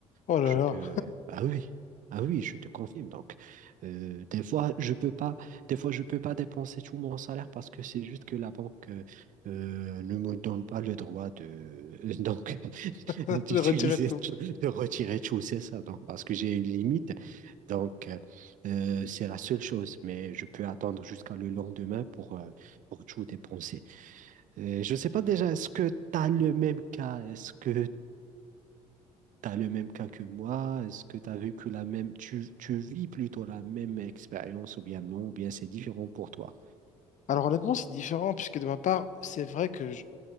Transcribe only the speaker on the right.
Donc
je
peux, ah oui, ah oui, je te confirme. Donc euh, des fois je peux pas, des fois je peux pas dépenser tout mon salaire parce que c'est juste que la banque euh, euh, ne me donne pas le droit de <laughs> donc <laughs>
d'utiliser
tout- de retirer tout, c'est ça. Donc parce que j'ai une limite, donc euh, euh, c'est la seule chose. Mais je peux attendre jusqu'à le lendemain pour euh, pour tout dépenser. Euh, je sais pas déjà, est-ce que tu as le même cas? Est-ce que T'as le même cas que moi? Est-ce que t'as vu que la même, tu, tu vis plutôt la même expérience ou bien non, ou bien c'est différent pour toi?